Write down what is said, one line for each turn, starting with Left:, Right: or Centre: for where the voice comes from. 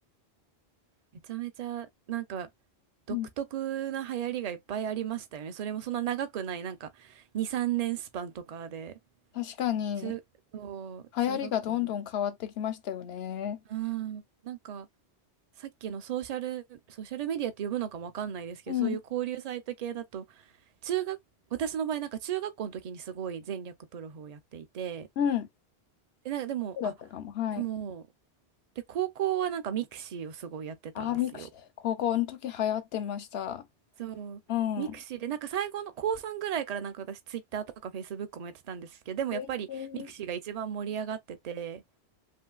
Right: めちゃめちゃなんか独特な流行りがいっぱいありましたよね。
Left: うん、
Right: それもそんな長くない、なんか2、3年スパンとかで。
Left: 確かに、
Right: 通、そう、
Left: 流行りがどんどん変わってきましたよね。
Right: 中学校の。うん。なんか、さっきのソーシャル、ソーシャルメディアって呼ぶのかもわかんないですけど、
Left: うん。
Right: そういう交流サイト系だと、中学、私の場合なんか中学校の時にすごい全略プロフをやっていて、
Left: うん。
Right: で、なんかでも、
Left: そうだったかも。
Right: あ、
Left: はい。
Right: でも、で、高校はなんかミクシーをすごいやってたんですよ。
Left: あー、ミクシィ、高校の時流行ってました。
Right: そう。
Left: うん。
Right: ミクシーで、なんか最後の高3ぐらいからなんか私ツイッターとかフェイスブックもやってたんですけど、でもやっぱりミクシーが一番盛り上がってて、
Left: えー